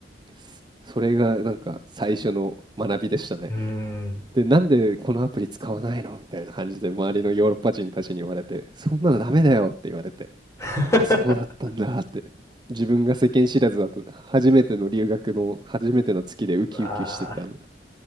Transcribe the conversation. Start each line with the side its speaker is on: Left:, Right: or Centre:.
Right: すそれがなんか最初の学びでしたね。
Left: うーん。
Right: で、なんでこのアプリ使わないのみたいな感じで周りのヨーロッパ人たちに言われて、そんなのダメだよって言われて、
Left: <laughs>
Right: あ、そうだったんだって。自分が世間知らずだと、初めての留学の初めての月でウキウキしてたの。
Left: うわ